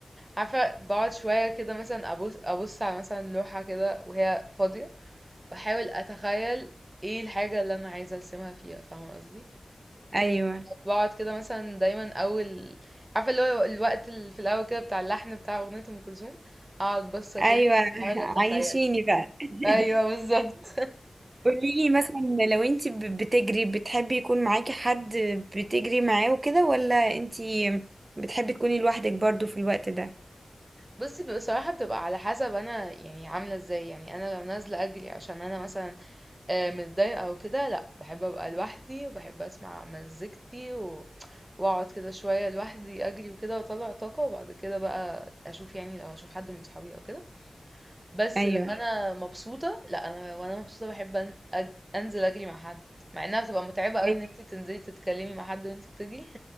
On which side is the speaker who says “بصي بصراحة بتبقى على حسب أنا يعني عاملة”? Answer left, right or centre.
Right